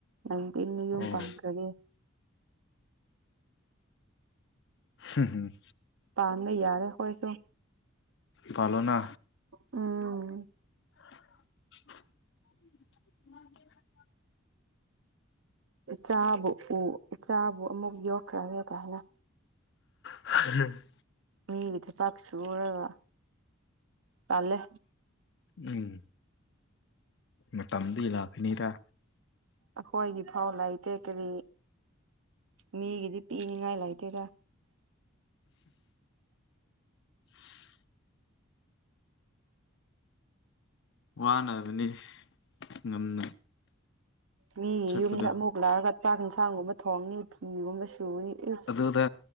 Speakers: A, on the right; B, on the left.
A: ꯅꯪꯗꯤꯤꯟ ꯌꯨꯝ
B: ꯑꯣ
A: ꯄꯥꯟꯈ꯭ꯔꯔꯤ
B: ꯍꯝ ꯍꯝ
A: ꯄꯥꯔꯗ ꯌꯥꯔꯦꯈꯣꯏꯁꯨ
B: ꯄꯜꯅ
A: ꯎꯝ
B: <inaudible>
A: ꯆꯥꯕꯨ ꯆꯥꯕꯨ ꯑꯃꯨꯛ ꯌꯣꯛꯈ꯭ꯔꯒꯦ ꯀꯥꯏꯅ
B: ꯎꯝ
A: ꯃꯤꯒꯤ ꯊꯩꯄꯥꯛꯥꯛ ꯁꯨꯔꯒ ꯄꯥꯜꯂꯦ
B: ꯎꯝ ꯃ ꯇꯝꯗꯤ ꯂꯥꯛꯀꯅꯤꯗ
A: ꯑꯩꯈꯣꯏꯒꯤ ꯐꯥꯎ ꯂꯩꯇꯦ ꯀꯔꯤ ꯃꯤꯒꯤꯗꯤ ꯄ ꯃꯤꯉꯥꯏ ꯂꯇꯒ
B: <inaudible> ꯋꯥꯅꯕꯅꯤ ꯉꯝꯅ
A: ꯃꯤꯒꯤ
B: ꯆꯠꯄꯗꯣ
A: ꯌꯨꯝꯗ ꯑꯃꯨꯛ ꯂꯥꯛꯔꯒ ꯆꯥꯛ ꯏꯟꯁꯥꯡꯒꯨꯝꯕ ꯊꯣꯡꯅꯤ ꯐꯤꯒꯨꯝꯕ ꯁꯨꯅꯤ ꯏꯁ
B: ꯑꯗꯨꯗꯗ